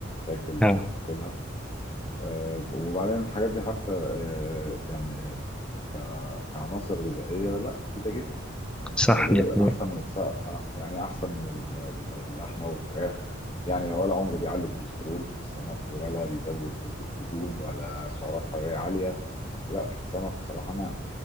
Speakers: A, on the left; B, in the centre.
A: تاكل
B: اه
A: باكلها آه، وبعدين الحاجات دي حتى آه، يعني ك- كعناصر غذائيه لا مفيده جدا
B: صح
A: آه، غير
B: دي حقيقة
A: احسن من السقه يعني احسن من ال- ال- اللحمه والفراخ يعني ولا عمره بيعلي كوليسترول في السمك ولا بيزود نسبه دهون ولا سعرات حراريه عاليه لا في السمك بصراحه نعم